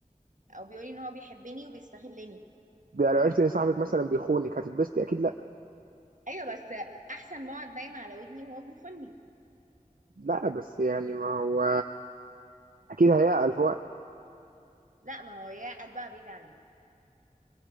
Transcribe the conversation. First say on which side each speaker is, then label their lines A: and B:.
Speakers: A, on the right; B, on the right.
A: او بيقولي ان هو بيحبني وبيستغلني
B: ده لو عرفت ان صاحبك مثلا بيخونك هتتبسطي اكيد لا
A: ايوه بس احسن ما اقعد نايمه على ودني وهو بيخوني
B: لا بس يعني ما هو اكيد هيعقل في وقت
A: لا ما هو يا قاعد بقى بعيد عني